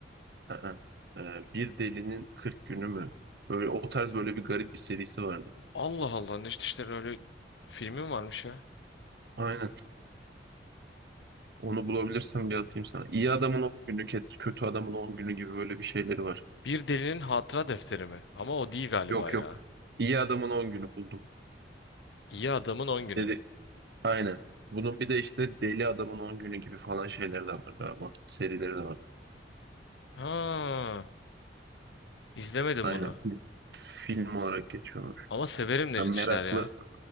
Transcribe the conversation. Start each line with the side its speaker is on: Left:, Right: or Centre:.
Right: Aa, Ee, bir delinin 40 günü mü? Böyle o tarz böyle bir garip bir serisi vardı.
Left: Allah Allah, Necdet İşler'in öyle filmi mi varmış ya?
Right: Aynen. Onu bulabilirsem bir atayım sana. İyi adamın 10 günü, ket- kötü adamın 10 günü gibi böyle bir şeyleri var.
Left: Bir delinin hatıra defteri mi? Ama o değil galiba
Right: Yok
Left: ya.
Right: yok. İyi adamın 10 günü buldum.
Left: İyi adamın on günü.
Right: Dedi. Aynen. Bunun bir de işte Deli Adamın 10 günü gibi falan şeyler de var galiba. Serileri de var.
Left: Ha, izlemedim
Right: Aynen.
Left: bunu.
Right: Film olarak geçiyormuş.
Left: Ama severim Necdet
Right: Yani meraklı.
Left: İşler ya.